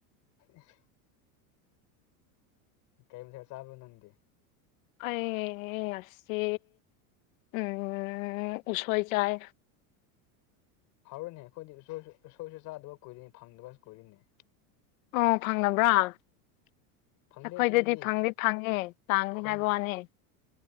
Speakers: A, on the left; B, on the left.
A: <unintelligible> ꯀꯩ ꯃꯊꯦꯜ ꯆꯥꯕꯅꯣ ꯅꯪꯗꯤ
B: ꯑꯦ ꯉꯁꯤ ꯎꯝ ꯎꯁꯣꯏ ꯆꯥꯏ
A: ꯍꯥꯎꯔꯅꯦ ꯑꯩꯈꯣꯏꯗꯤ ꯎꯁꯣꯏꯁꯨ ꯎꯁꯣꯏꯁꯨ ꯆꯥꯗꯕ ꯀꯨꯏꯔꯤꯅꯤ ꯐꯪꯗꯕ ꯀꯨꯏꯔꯤꯅꯦ
B: ꯑꯣ ꯐꯥꯡꯅꯥꯕ꯭ꯔꯥ ꯑꯩꯈꯣꯏꯗꯗꯤ
A: ꯐꯪꯗꯦ ꯁꯤꯗꯗꯤ
B: ꯐꯪꯗꯤ ꯐꯪꯉꯦ ꯇꯥꯡꯅꯤ
A: ꯈꯨꯟ
B: ꯍꯥꯏꯕ ꯋꯥꯅꯤ